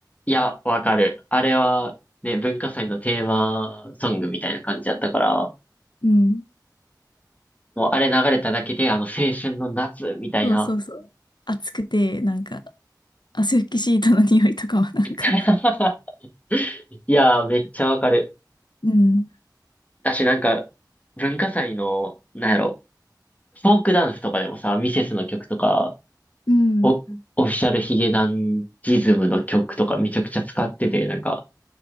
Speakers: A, on the left; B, on the left.
A: いや、わかる。あれは、ね、文化祭のテーマソングみたいな感じだったから、
B: うん。
A: もうあれ流れただけで、あの、青春の夏みたいな。
B: そうそうそう。暑くて、なんか、汗拭きシートの匂いとかはなんか
A: <laughs> いやー、めっちゃわかる。
B: うん、
A: 私なんか、文化祭の、なんやろ、フォークダンスとかでもさ、ミセスの曲とか、
B: うん、
A: お、オフィシャルヒゲダンジズムの曲とかめちゃくちゃ使ってて、なんか、